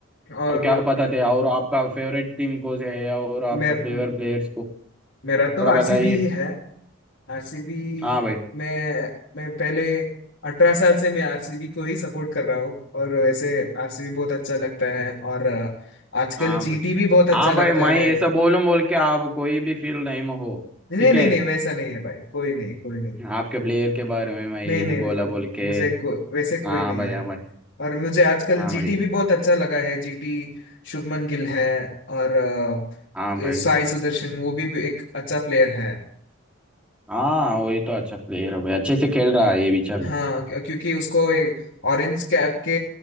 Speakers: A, on the left (about 65°); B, in the centre.
A: हम्म। और
B: और क्या बताते हैं और आपका फेवरेट टीम कोच है या और आपका
A: मेर,
B: फ्लेवर प्लेयर्स को
A: मेरा
B: थोड़ा
A: तो आरसीबी
B: बताइए
A: ही है आरसीबी
B: हाँ भाई
A: मैं मैं पहले अठारह साल से मैं आरसीबी को ही सपोर्ट कर रहा हूँ और वैसे आरसीबी बहुत अच्छा लगता है और अ, आजकल
B: हाँ
A: जीटी
B: भाई
A: भी बहुत अच्छा
B: हाँ
A: लगता
B: भाई मैं
A: है
B: ऐसा बोलूं बोल के आप कोई भी फील नहीं में हो
A: नहीं
B: ठीक
A: नहीं
B: है
A: नहीं वैसा नहीं है भाई कोई नहीं कोई नहीं
B: आपके प्लेयर के बारे में मैं यही
A: नहीं नहीं
B: बोला
A: नहीं वो-
B: बोल के
A: मुझे को, वैसे कोई
B: हाँ
A: नहीं
B: भाई
A: है
B: हाँ भाई
A: और मुझे आजकल
B: हाँ
A: जीटी
B: भाई
A: भी बहुत अच्छा लगा है जीटी शुभमन गिल है और अ,
B: हाँ भाई
A: साई सुदर्शन वो भी एक अच्छा प्लेयर है
B: हाँ वही तो अच्छा प्लेयर है भाई अच्छे से खेल रहा है ये बीचा भी
A: हाँ क्यो- क्योंकि उसको एक ऑरेंज कैप के